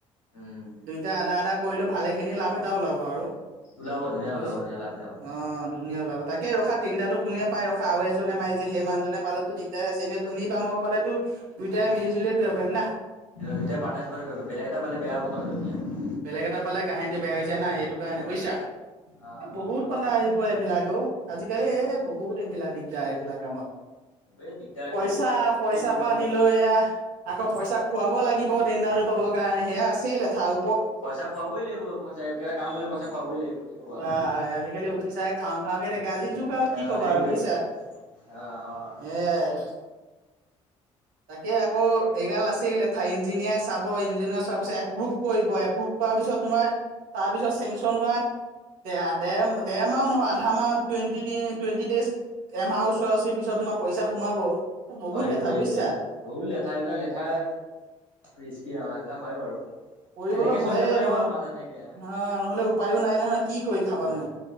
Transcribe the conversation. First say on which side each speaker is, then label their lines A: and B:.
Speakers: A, on the left; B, on the right.
A: উম
B: দুইটা আধা আধা কৰিলেও ভালে খিনি লাভ এটা ওলাব আৰু,
A: ওলাব ধুনীয়া
B: <unintelligible>
A: ওলাব ধুনীয়া
B: অ',
A: লাভ এটা ওলাব।
B: ধুনীয়া ওলাব তাকে ৰখা টেণ্ডাৰটো কোনে পাই ৰখা আৰু এজনে মাই যে, সেই মানুজনে পালেতো দিগদাৰে আছে এনে তুমি বা মই পালেতো দুয়টাই মিলি, জুলিয়ে কৰিব পাৰিম না।
A: দুইটাই পাৰ্টনাৰশ্বিপতে কৰিব বেলেগে এটা পালে বেয়া হ'ব কথাটো এতিয়া।
B: বেলেগ এটা পালে কাহিনীটো বেয়া হৈ যায় না, সেইটো কাৰণে বুইছা।
A: আহ
B: এই বহুত কথা
A: ঠিকে।
B: আহি পৰে এইবিলাক অ', আজিকালি এই বহুত এইবিলাক দিগদাৰ এইবিলাক কামত।
A: এই দিগদাৰ
B: পইচা,
A: কি ক'বা আৰু সেনেকেই
B: পইচা
A: চলি
B: পৰা
A: যাব
B: আদিলৈ
A: লাগিব আৰু।
B: এয়া আকৌ পইচা খোৱাব লাগিব টেণ্ডাৰটো পাবৰ কাৰণে সেয়া আছেই লেঠা আৰু
A: পইচা খোৱাবই লাগিব পইচা <unintelligible> কাম হ'লে পইচা খুৱাবই লাগিব। কি ক'বা
B: বা,
A: আৰু।
B: আজিকালি অফিচাৰে খাওঁ, খাওঁকে থাকে আজি যুগ আৰু কি
A: অ'
B: ক'বা
A: সেইটোৱে
B: আৰু বুইছা।
A: অ' অ'
B: এয়াই তাকে আকৌ এইগাল আছেই লেঠাই ইঞ্জিনিয়াৰ, চাব ইঞ্জিনিয়াৰ চোৱাৰ পিছত এপুভ কৰিব, এপ্ৰুভ কৰাৰ পিছত তোমাৰ তাৰপিছত চেংচন হোৱা দে-দেৰ-দেৰ মাহো নহয় আধা মাহ টুৱেণ্টি দিন-টুৱে <unintelligible> এমাহ ওচৰা ওচৰি পিছত তোমাৰ পইচা সোমাব। বহুত
A: সেইটোৱে
B: লেঠা
A: সেইটোৱে
B: বুইছা।
A: সেইটোৱে বহুত লেঠা এইবিলাক লেঠা, ৰিচকি অহ, সেইবিলাক হয়, বাৰু।
B: কৰিবলৈ
A: সেনেকে
B: ভয়ে
A: চলি যাব লাগিব
B: নহয়,
A: আৰু মাজত এনেকে
B: আহ, নহ'লে উপায়ো নাই নহয়, কি কৰি খাবানো?
A: অ'।